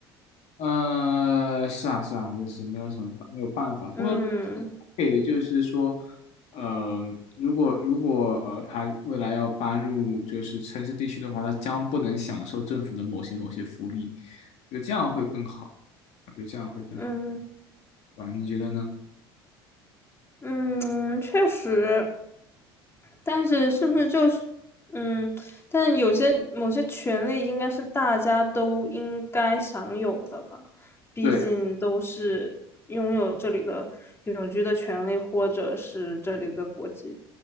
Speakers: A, on the left (about 60°); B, on the left (about 20°).
A: 呃，是啊，是啊，就是没有什么办没有办法，或者
B: 嗯
A: 可以就是说，呃，如果如果呃他未来要搬入就是城市地区的话，他将不能享受政府的某些某些福利，我觉得这样会更好，我觉得这样会更好，
B: 嗯，
A: 啊，你觉得呢？
B: 嗯，确实，但是是不是就是，嗯，但有些某些权利应该是大家都应该享有的吧？毕竟都是拥有这里的永居的权利，
A: 对
B: 或者是这里的国籍。